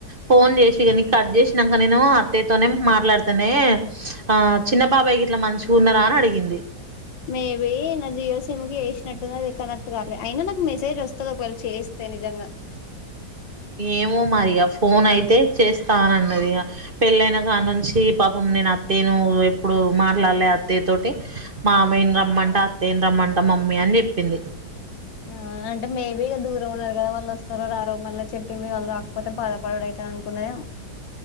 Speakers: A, on the right; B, on the left.
A: ఫోన్ చే. ఇగ నీ కట్ చేసినాక నేను అత్తయ్య తోనే మాట్లాడ్ తనే ఆ చిన్న బాబాయి గి ఇట్లా మంచిగా ఉన్నారా అని అడిగింది
B: మేబీ నా జియో సిమ్ కి చేసినట్టుంది. అది కనెక్ట్ కాలే అయినా నాకు మెసేజ్ వస్తది, ఒకవేళ చేస్తే నిజంగా.
A: ఏమో మరిగా ఫోన్ అయితే చేస్తానన్నది ఇగ పెళ్ళైన కా నుంచి పాపం నేను అత్తయ్యను ఎప్పుడు మాట్లాడలే, అత్తయ్య తోటి మామయ్యన్ రమ్మంట, అత్తయ్యని రమ్మంట మమ్మీ అని చెప్పింది.
B: హు అంటే మేబీ ఇగ దూరం ఉన్నారు కదా, వాళ్ళు వస్తారో రారో మళ్ళీ చెప్పి మీ వాళ్ళు రాకపోతే బాధపడుడు అయితది అనుకున్నదేమో.